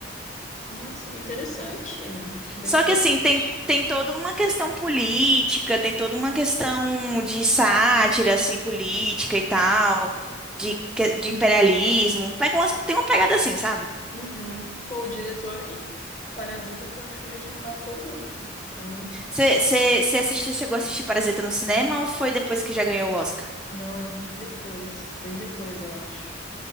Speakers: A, on the left (about 40°); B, in the centre.
A: Nossa, que interessante. Bem
B: Só
A: interessante.
B: que assim, tem, tem toda uma questão política, tem toda uma questão de sátira, assim, política e tal, de, que- de imperialismo. Pega umas, tem uma pegada assim, sabe?
A: Uhum. Pô, o diretor e Parasita foi um filme que me marcou muito. Então,
B: Você assistiu, chegou a assistir Parasita no cinema ou foi depois que já ganhou o Oscar?
A: não, eu vi depois, bem depois, eu acho.